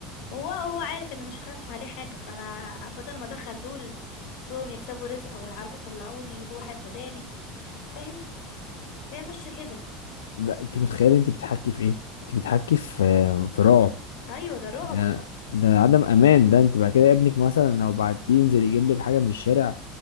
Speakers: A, on the left (about 60°); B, on the left (about 75°).
A: هو هو عارف ان مش هتخفف عليه حاجة فانا بدل ما ادخل دول سواء يكسبوا رزق او يعرفوا يطلعوني يجيبوا واحد بدالي فاهم فهي ماشية كده
B: بقى- انت متخيل انت بتحكي في ايه انت بتحكي في في رعب
A: ايوه ده رعب
B: ده ده عدم امان ده انت بعد كده ابنك مثلا لو بعتيه ينزل يجيب لك حاجه من الشارع